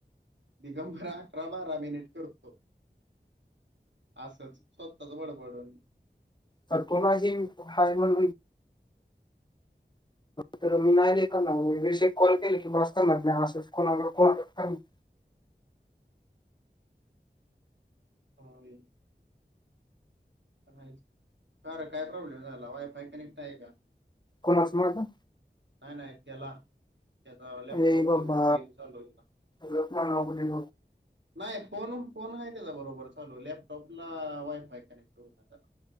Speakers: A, on the right; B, on the left.
A: दिगंबर अठरा बारा मिनिट करतो. असच स्वतःच बडबडून.
B: तर कोणाशी हाय म्हण तर मी नाही लई करणार बाबा. वीस एक कॉल केले की बास करणार मी, असंच कोणावर <unintelligible>
A: <unintelligible> <unintelligible> का रे काय प्रॉब्लेम झाला वायफाय कनेक्ट हाय का?
B: कोणाच म आता?
A: ननाय नाय तेला. त्याचा लॅपटॉप
B: ए बाबा
A: त्यो, गेम चालू आहे का?
B: लग्न नाव बोलले
A: नाही फोन फोन आहे त्याचा बरोबर चालू. लॅपटॉपला वायफाय कनेक्ट होता त्याला.